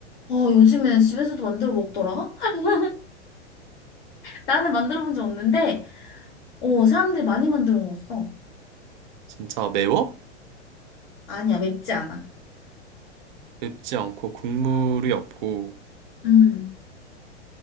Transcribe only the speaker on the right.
진짜 매워?
맵지 않고 국물이 없고.